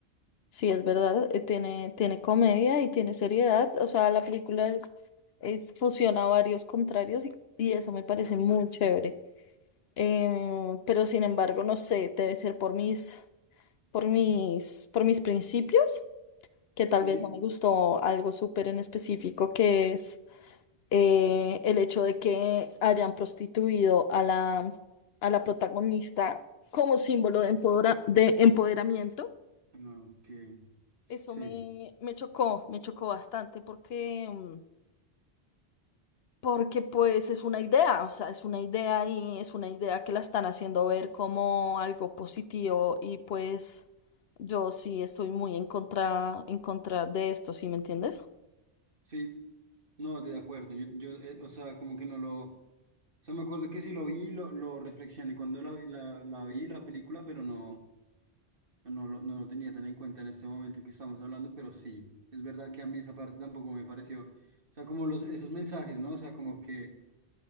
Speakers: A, on the left; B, on the right.
A: Sí, es verdad, eh, tiene, tiene comedia y tiene seriedad. O sea, la película es, es fusiona varios contrarios y, y eso me parece muy chévere. Eh, pero sin embargo, no sé, debe ser por mis, por mis, por mis principios. que tal
B: Sí,
A: vez no me gustó algo súper en específico, que es eh, el hecho de que hayan prostituido a la, a la protagonista como símbolo de, empodera- de empoderamiento.
B: ah, ok,
A: Eso
B: sí.
A: me, me chocó, me chocó bastante porque, mm, porque pues es una idea, o sea, es una idea y es una idea que la están haciendo ver como algo positivo y pues yo sí estoy muy en contra, en contra de esto, ¿sí me entiendes?
B: Sí, no, de acuerdo. Yo, yo eh, o sea, como que no lo... O sea, me acuerdo que sí lo vi, lo, lo reflexioné cuando la, vi- la, la vi, la película, pero no, no, lo- no lo tenía tan en cuenta en este momento que estamos hablando, pero sí, es verdad que a mí esa parte tampoco me pareció. O sea, como los, esos mensajes, ¿no? O sea, como que...